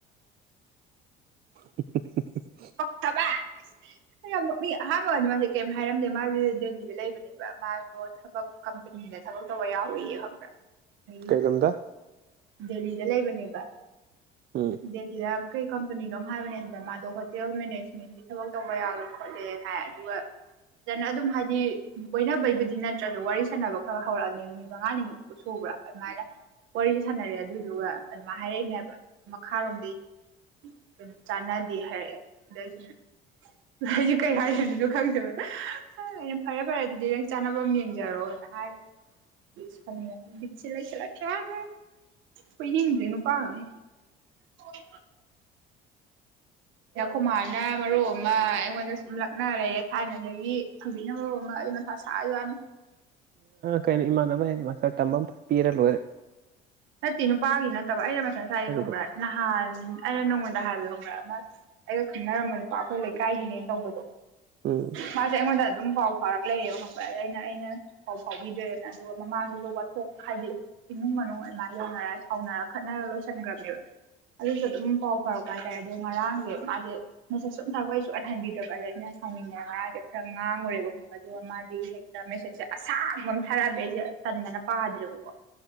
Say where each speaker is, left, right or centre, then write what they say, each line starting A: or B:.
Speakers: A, on the right; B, on the right.
A: <unintelligible>
B: ꯄꯥꯛꯇꯕ ꯌꯥꯝ ꯃꯤ ꯑꯍꯥꯟꯕ ꯀꯗ ꯃꯥꯁꯦ ꯀꯩꯝ ꯍꯥꯏꯔꯝꯗꯦ ꯃꯥꯁꯦ ꯗꯦꯜꯂꯤꯗ ꯂꯩꯕꯅꯦꯕ ꯃꯥꯗꯣ ꯊꯕꯛ꯫ ꯇꯨꯃꯤꯟꯅ ꯊꯕꯛ ꯇꯧꯕ ꯌꯥꯎꯔꯤꯌꯦ ꯈꯪꯕ꯭ꯔꯥ꯫ ꯑꯗꯒꯤ
A: ꯀꯩꯂꯝꯗ
B: ꯗꯦꯜꯂꯤꯗ ꯂꯩꯕꯅꯦꯕ
A: ꯎꯝ
B: ꯗꯦꯜꯂꯤꯗ ꯀꯩ ꯀꯝꯄꯅꯤ ꯅꯣꯝ ꯍꯥꯏꯕꯅꯦ ꯑꯗꯨꯅ ꯃꯥꯗꯣ ꯍꯣꯇꯦꯜ ꯃꯦꯅꯦꯖꯃꯦꯟꯒꯤ ꯊꯕꯛ ꯇꯧꯕ ꯌꯥꯎꯋꯦ ꯈꯣꯠꯂꯦ ꯍꯥꯏ ꯑꯗꯨꯒ ꯐꯖꯅ ꯑꯗꯨꯝ ꯍꯥꯏꯗꯤ ꯀꯣꯏꯅꯕꯩꯕꯨꯗꯤ ꯅꯠꯇ꯭ꯔꯁꯨ ꯋꯥꯔꯤ ꯁꯥꯟꯅꯕ ꯈꯔ ꯍꯧꯔꯛꯑꯅꯤ ꯅꯨꯃꯤꯠ ꯃꯉꯥꯅꯤꯃꯛꯁꯨ ꯕ ꯑꯗꯨꯃꯥꯏꯅ ꯋꯥꯔꯤꯁꯦ ꯁꯥꯟꯅꯔꯦ ꯑꯗꯨꯗꯨꯒ ꯑꯗꯨꯃꯥꯏꯅ ꯍꯥꯏꯔꯛꯏꯅꯦꯕ ꯃꯈꯥꯔꯣꯝꯗꯩ ꯅꯨꯄꯤ ꯀꯝ ꯆꯥꯟꯅꯗꯦ ꯍꯥꯏꯔꯛꯑꯦ ꯑꯗꯩꯩ ꯑꯩꯁꯨꯗꯨ ꯑꯩꯁꯨ ꯀꯩ ꯍꯥꯏꯗꯩꯅꯣ ꯈꯪꯗꯕꯗ ꯑꯩꯅ ꯐꯔꯦ ꯐꯔꯦ ꯑꯗꯨꯗꯤ ꯅꯪ ꯆꯥꯅꯕꯝ ꯌꯦꯡꯖꯔꯣ ꯍ ꯅ ꯍꯥꯏ ꯁꯥꯎꯅꯤꯡ ꯕꯤꯠꯁꯦ ꯂꯩꯁꯤꯜ ꯀꯌꯥ ꯀꯣꯏꯅꯤꯡꯗꯔ꯭ꯦ ꯅꯨꯄꯥ ꯑꯃ <unintelligible> ꯈꯨꯨꯃꯥꯅ ꯃꯔꯨ ꯑꯃ ꯑꯩꯉꯣꯟꯗ ꯁꯨꯝ ꯂꯛꯅ ꯂꯩꯔꯦ ꯊꯥꯏꯅꯗꯒꯤ ꯍꯧꯖꯤꯛꯅ ꯃꯔꯨ ꯑꯃ ꯑꯩ ꯃꯊ ꯁꯥꯥꯖꯅꯤ
A: ꯀꯩꯅꯣ ꯏꯃꯥꯟꯅꯕ ꯍꯌꯦꯡ ꯃꯥꯁꯔ ꯇꯝꯕ ꯑꯃ ꯐ ꯄꯤꯔ ꯂꯣꯏꯔꯦ꯫
B: ꯅꯠꯇꯦ ꯅꯨꯄꯥꯒꯤ ꯅꯠꯇꯕ ꯑꯩꯅ ꯃꯊꯥ ꯆꯥꯏꯒꯦ
A: ꯍꯧꯖꯤꯛꯐꯥꯎ
B: ꯈꯪꯕ꯭ꯔꯥ ꯅꯍꯥꯟ꯫ ꯑꯩꯅ ꯅꯣꯡꯉꯣꯟꯗ ꯍꯥꯏꯕꯗꯣ ꯈꯪꯕꯔꯥ ꯑꯃꯥ ꯑꯩꯒ ꯈꯪꯅꯔꯝꯕ ꯅꯨꯄꯥ ꯑꯩꯈꯣꯏ ꯂꯩꯀꯥꯏꯒꯤꯅꯦꯅ ꯇꯧꯕꯗꯣ꯫
A: ꯎꯝ
B: ꯃꯥ ꯁꯦ ꯑꯩꯉꯣꯟꯗꯥ ꯑꯗꯨꯝ ꯄꯥꯎ ꯐꯥꯔꯛ ꯂꯩꯑꯕ ꯈ ꯑꯩꯅ ꯑꯩꯅ ꯄꯥꯎ ꯐꯥꯎꯕꯤꯗ꯭ꯔꯦꯅ ꯑꯗꯨꯒ ꯃꯃꯥꯡꯒꯤꯁꯨ ꯋꯥꯆꯦꯞ ꯍꯥꯏꯗꯤ꯫ ꯏꯃꯨꯡ ꯃꯅꯨꯡ ꯑꯗꯨꯃꯥꯏ ꯌꯧꯅꯔ ꯁꯥꯎꯅꯔ ꯈꯠꯅꯔ ꯂꯣꯏꯁꯤꯟꯈ꯭ꯔꯕꯅꯦꯕ꯫ ꯑꯗꯨꯁꯨ ꯑꯗꯨꯝ ꯄꯥꯎ ꯐꯥꯎꯔꯛꯄ ꯍꯥꯏꯇꯥꯔꯦ ꯑꯗꯣ ꯉꯔꯥꯡꯁꯦ ꯃꯥꯁꯦ ꯃꯦꯁꯦꯁ ꯁꯨꯝ ꯊꯕ ꯑꯩꯁꯨꯟꯍꯟꯕꯤꯗ꯭ꯔꯕ ꯑꯗ꯫ ꯁꯥꯎꯅꯤꯡꯗꯅꯥ ꯉꯥꯔꯥꯡꯁꯦ ꯈꯔ ꯉꯥꯡꯉꯨꯔꯦꯕ ꯈꯕꯗ ꯑꯃꯗꯤ ꯍꯩꯛꯇ ꯃꯦꯁꯦꯁꯁꯦ ꯑꯁꯥꯡꯕ ꯑꯃ ꯊꯥꯔꯛꯑꯃꯦ ꯑꯩꯁꯦ꯫ ꯇꯅꯅ ꯄꯥꯗꯔꯕꯀꯣ